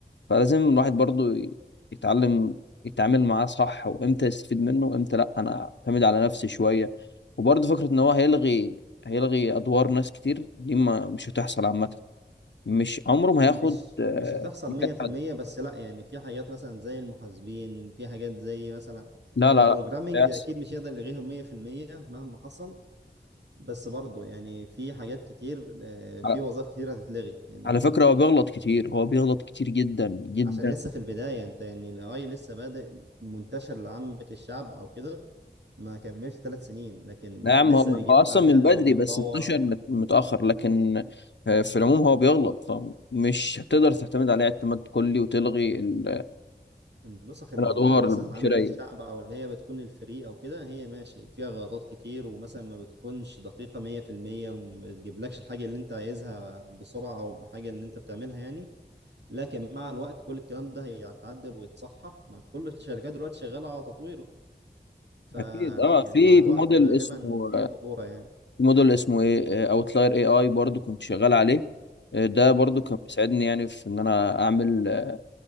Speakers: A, on the left (about 80°); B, on the right (about 75°).
A: فلازم الواحد برضو ي- يتعلم يتعامل معاه صح وامتى يستفيد منه وامتى لا انا اعتمد على نفسي شوية وبرضو فكرة ان هو هيلغي هيلغي ادوار ناس كتير دي ما مش هتحصل عامة مش عمره ما
B: مش
A: هياخد آه،
B: مش هتحصل
A: مكان
B: 100%
A: حد
B: بس لا يعني في حاجات مثلا زي المحاسبين في حاجات زي مثلا
A: لا
B: البروجرامينج
A: لا لا مش هيحصل
B: اكيد مش هيقدر يلغيهم 100% مهما حصل بس برضه يعني في حاجات كتير آه، في
A: على
B: وظائف كتير هتتلغي يعني
A: على فكرة هو بيغلط كتير هو بيغلط كتير جدا جدا
B: عشان لسه في البداية انت يعني ال AI لسه بادئ منتشر لعامة الشعب او كده ما كملش ثلاث سنين لكن
A: لا يا عم
B: لسه
A: هو
B: بيجمع
A: هو اصلا
B: داتا
A: من بدري
B: وبيتطور
A: بس انتشر مت- متاخر لكن آه، في العموم هو بيغلط فمش هتقدر تعتمد عليه اعتماد كلي وتلغي ال-
B: النسخ الموجودة
A: الادوار
B: مثلا
A: البشريه
B: لعامة الشعب او اللي هي بتكون الفري او كده هي ماشي فيها غلطات كتير ومثلا ما بتكونش دقيقة 100% وما بتجيبلكش الحاجة اللي انت عايزها بسرعة او بحاجة اللي انت بتعملها يعني لكن مع الوقت كل الكلام ده هيتعدل ويتصحح مع كل الشركات دلوقتي شغالة على تطويره فلا
A: اكيد اه
B: يعني
A: في
B: مع الوقت
A: في موديل
B: غالبا
A: اسمه
B: في
A: آه،
B: خطورة يعني
A: في موديل اسمه ايه اوتلاير اي اي برضو كنت شغال عليه آه، ده برضو كان بيساعدني يعني في ان انا اعمل آه،